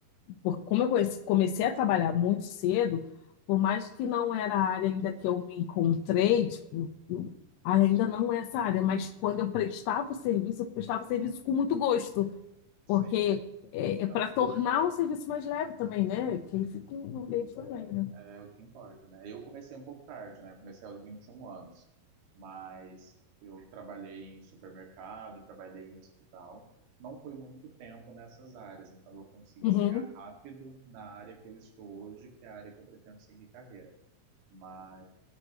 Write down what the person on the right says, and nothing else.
Sim,
então.
É o que importa, né? Eu comecei um pouco tarde, né? Comecei aos 21 anos, mas eu trabalhei em supermercado, trabalhei em hospital. Não foi muito tempo nessas áreas, então eu consegui
chegar rápido na área que eu estou hoje, que é a área que eu pretendo seguir carreira. Mas